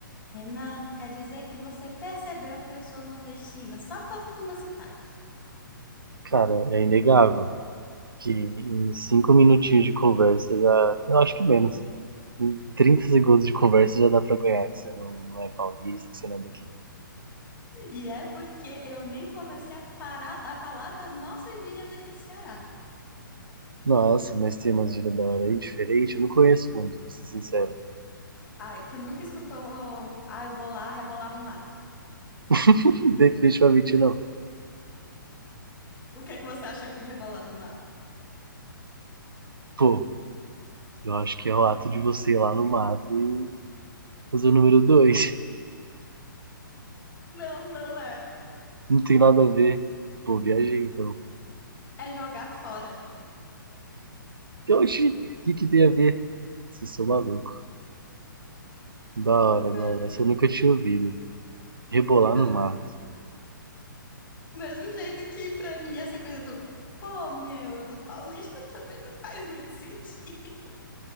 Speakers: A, on the left (about 15°); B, on the right (about 80°).
A: Renan, quer dizer que você percebeu que eu sou nordestina só pelo meu sotaque.
B: Cara, é inegável que em cinco minutinhos de conversa já. Eu acho que menos. Em 30 segundos de conversa já dá pra ganhar, que você não, não é paulista, que você não é daqui.
A: E é porque eu nem comecei a, fará- a falar das nossas gírias aqui do Ceará.
B: Nossa, mas tem umas gírias da hora aí diferente. Eu não conheço muito, pra ser sincero.
A: Ai, tu nunca escutou? Ah, eu vou lá rebolar no mato.
B: <laughs> Definitivamente não.
A: O que é que você acha que é rebolar no mato?
B: Pô, eu acho que é o ato de você ir lá no mato e fazer o número dois. <laughs>
A: Não, não é.
B: Não tem nada a ver. Pô, viajei então.
A: É jogar fora.
B: E Oxi, o que que tem a ver? Vocês são malucos. Da
A: Do
B: hora,
A: mes-
B: da hora. Essa eu nunca tinha ouvido. Rebolar
A: do
B: no mato.
A: mesmo jeito que pra mim essa coisa do pô, meu, do paulista também não faz muito sentido. <laughs>